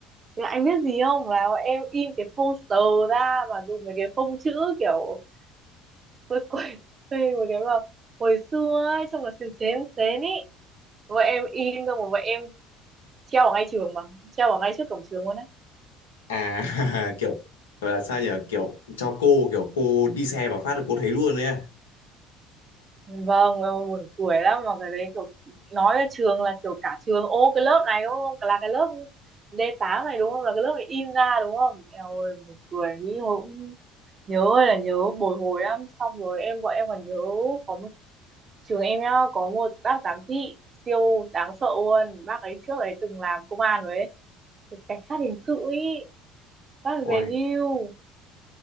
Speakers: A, on the right; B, on the left.
A: là anh biết gì không? Là bọn em in cái poster ra và dùng mấy cái phông chữ kiểu quê quê quê mấy <laughs> cái mà hồi xưa ấy, trông là xến xến xến ý. Bọn em in xong rồi bọn em treo ở ngay trường mà, treo ở ngay trước cổng trường luôn á.
B: à <laughs> kiểu gọi là sao nhỉ kiểu cho cô kiểu cô đi xe vào phát là cô thấy luôn đấy à
A: Vâng, ôi, buồn cười lắm mà cái đấy kiểu nói là trường là kiểu cả trường ô cái lớp này đúng không? Là cái lớp d Tám này đúng không? Là cái lớp này in ra đúng không? Eo ơi, buồn cười nghĩ hồi cũng nhớ ơi là nhớ bồi hồi lắm xong rồi em bọn em còn nhớ có một trường em nhá có một bác giám thị siêu đáng sợ luôn bác ấy trước ấy từng làm công an rồi ấy Thì cảnh sát hình sự ấy bác ấy
B: Uầy,
A: về hưu